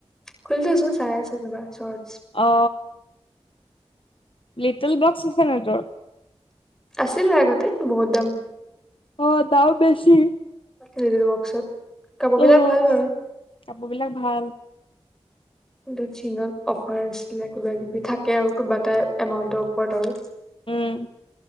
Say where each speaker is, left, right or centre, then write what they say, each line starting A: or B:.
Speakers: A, in the centre; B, on the left.
A: খুলি থৈছো চাই আছো কিবা চ্ৰট
B: অ লিটিল বক্স আছে নাই তোৰ
A: আছিল আগতে বহুত দাম
B: অ দাম বেছি
A: লিটিল বক্সত কাপোৰ বিলাক
B: অ
A: ভাল বাৰু
B: কাপোৰ বিলাক ভাল <inaudible>
A: কিন্তু চিনত অফাৰ আছিলে কিবা কিবি থাকে আৰু কিবা এটা এমাউন্টৰ ওপৰত আৰু
B: উম